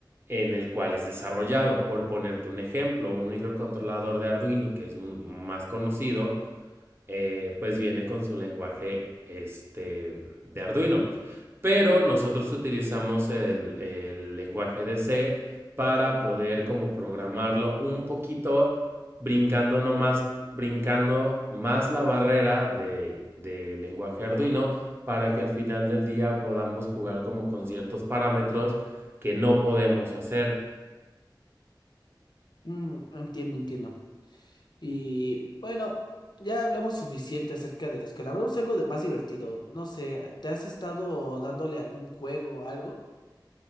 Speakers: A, on the right; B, on the left.
A: en el cual es desarrollado. Por ponerte un ejemplo, un microcontrolador de Arduino, que es un- más conocido, eh, pues viene con su lenguaje este, de Arduino. Pero nosotros utilizamos el, el lenguaje de C para poder como programarlo un poquito brincando nomás, brincando más la barrera de, de lenguaje Arduino para que al final del día podamos jugar como con ciertos parámetros que no podemos hacer.
B: Mm, entiendo, entiendo. Y bueno, ya hablamos suficiente acerca de la escuela. Hablamos algo de más divertido. No sé, ¿te has estado dándole algún juego o algo?